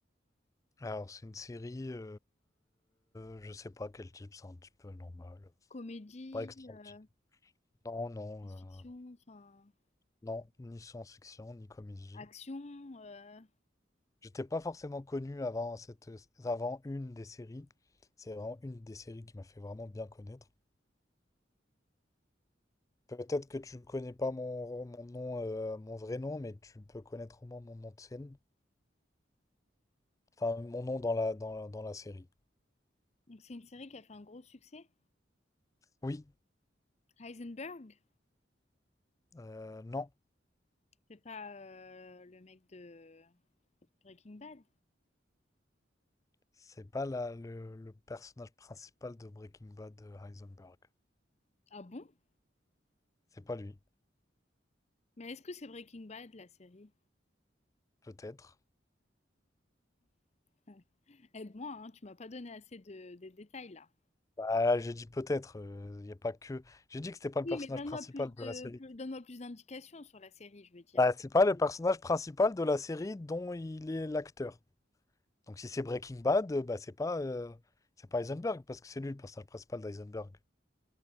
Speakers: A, on the left; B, on the left.
A: Alors, c'est une série, euh, euh, je sais pas quel type, c'est un petit peu normal.
B: Comédie,
A: Pas extraordinaire.
B: euh,
A: Non, non,
B: science-fiction,
A: euh,
B: enfin,
A: non, ni science-fiction, ni comédie.
B: action. euh.
A: J'étais pas forcément connu avant cette, avant une des séries. C'est vraiment une des séries qui m'a fait vraiment bien connaître. Peut-être que tu ne connais pas mon, mon nom, euh, mon vrai nom, mais tu peux connaître au moins mon nom de scène. Enfin, mon nom dans la, dans la, dans la série.
B: Donc, c'est une série qui a fait un gros succès.
A: Oui,
B: Heisenberg.
A: euh, non,
B: C'est pas euh, le mec de Breaking Bad.
A: c'est pas la- le, le personnage principal de Breaking Bad, euh, Heisenberg.
B: Ah bon?
A: C'est pas lui,
B: Mais est-ce que c'est Breaking Bad, la série?
A: peut-être.
B: <laughs> Aide-moi, hein, tu m'as pas donné assez de, des détails là.
A: Bah, j'ai dit peut-être, il n'y a pas que. J'ai dit que c'était pas le
B: Oui,
A: personnage
B: mais donne-moi
A: principal
B: plus de,
A: de la série.
B: plus- donne-moi plus d'indications sur la série, je veux dire.
A: Bah, c'est pas le personnage principal de la série dont il est l'acteur. Donc si c'est Breaking Bad, euh, bah c'est pas euh, c'est pas Heisenberg parce que c'est lui le personnage principal d'Heisenberg.